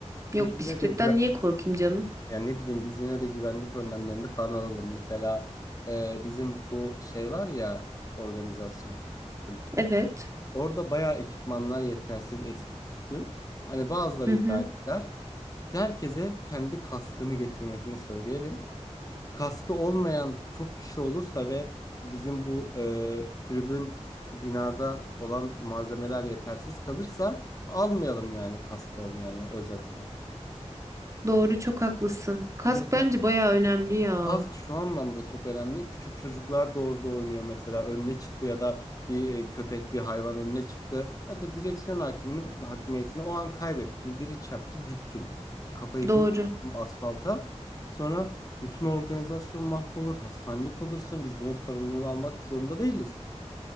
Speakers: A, on the right; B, on the left.
A: Yok
B: Biz yine
A: bisikletten
B: de güven
A: niye korkayım canım?
B: yani ne bileyim biz yine de güvenlik önlemlerini falan alalım. Mesela e, bizim bu şey var ya organizasyon kulüp.
A: Evet.
B: Orada bayağı ekipmanlar yetersiz eski püskü. Hani bazıları
A: Hı hı.
B: idare eder. Herkese kendi kaskını getirmesini söyleyelim. Kaskı olmayan çok kişi olursa ve bizim bu e, kulübün binada olan malzemeler yetersiz kalırsa almayalım yani kaskı olmayanı özetle.
A: Doğru çok haklısın. Kask
B: Mesela
A: bence bayağı önemli ya.
B: Kask şu anlamda çok önemli. Küçük çocuklar da orada oynuyor mesela. Önüne çıktı ya da bir e, köpek, bir hayvan önüne çıktı. Hadi direksiyon hakimini, hakimiyetini o an kaybettin. Biri çarptı, düştün. Kafayı
A: Doğru.
B: bir vurdun asfalta. Sonra bütün organizasyon mahvolur. Hastanelik olursun. Biz bunun sorumluluğunu almak zorunda değiliz.